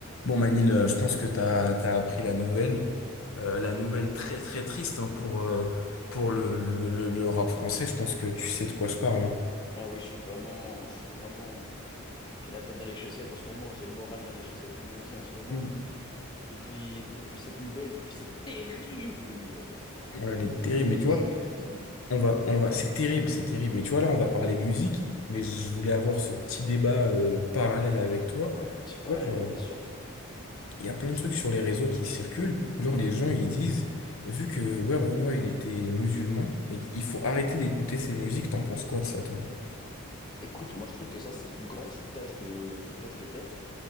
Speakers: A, on the left; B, on the left.
A: Bon Manil, euh, je pense que t'as t'as appris la nouvelle, Euh, la nouvelle très très triste hein, pour euh, pour le, le, le, le rap français. Je pense que tu sais de quoi je parle. hein.
B: Ah oui, je suis vraiment, je suis vraiment, j'ai la tête dans les chaussettes en ce moment, j'ai le moral dans les chaussettes, comme on dit en ce moment.
A: Mm.
B: Depuis, depuis cette nouvelle, depuis cette terrible nouvelle.
A: Ouais, elle
B: Terrible,
A: est terrible.
B: C'est
A: Mais tu
B: terrible.
A: vois, on va on va, c'est terrible, c'est terrible. Mais tu vois là, on va parler musique. Mais je voulais avoir ce petit débat euh, parallèle avec toi.
B: Ouais, petit parallèle,
A: Tu vois, genre,
B: ouais, bien sûr.
A: Il y a plein de trucs sur les réseaux qui circulent. Genre les gens ils disent, vu que ouais Renoir il était musulman, et il faut arrêter d'écouter ses musiques. T'en penses quoi de ça toi?
B: Écoute, moi je trouve que ça, c'est du grand foutage de, foutage de tête.